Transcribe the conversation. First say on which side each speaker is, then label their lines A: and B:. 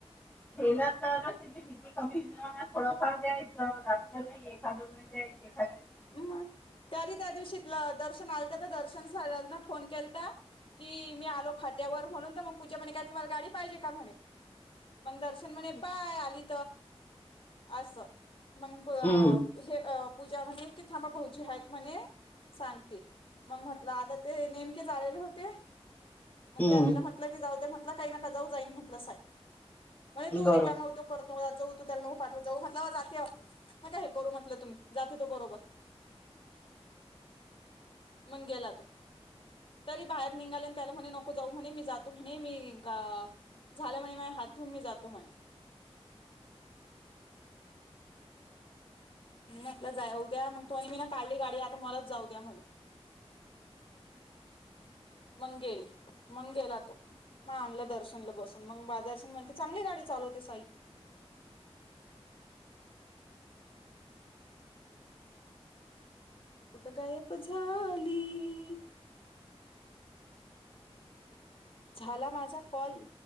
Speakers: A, on the left; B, on the left.
A: झालं तर त्या विधी कमी हो थोडफार द्यायच रात्र नाही एखादं वेळ जाय एखाद
B: मग तरी त्या दिवशीतलं दर्शन आल का तर दर्शन ना फोन केल की मी आलो खाट्यावर म्हणून तर मग पू्यापणे काय तमला गाडी पाहिजे का म्हणे मग दर्शन म्हणे पाय आली अस मग
A: हम्म
B: हे पूजा म्हणे थांबा भाऊजी आहेत म्हणे सांगते मग म्हटलं आता ते नेमके आलेले होते मग
A: हम्म
B: त्यांला म्हटलं की जाऊ द म्हटलं काही नका जाऊ जाईन म्हटलं साय म्हण तू
A: बरोबर
B: रिकामव तो करत जाऊ तू त्याला मग पाठवत जाऊ म्हटलं जाते म का हे करू म्हटलं तुम्ही जाते तो बरोबर मंगेलाता तरी बाहेर निघाले त्याला म्हणे नको जाऊ म्हणे मी जातो म्हणे मी झालं म्ह मा हात धुऊून मी जातो म्हणे म्हटलं जाय उद्या मग तो् मी ना काढली गाडी आता मलात जाऊ द्या म्हणे मग गेली मग गेला तो मग आणला दर्शनला बसून मग दर्शन म्हणते चांगली गा चालो ते साई कुठं गायब झाली झाला माझा कॉल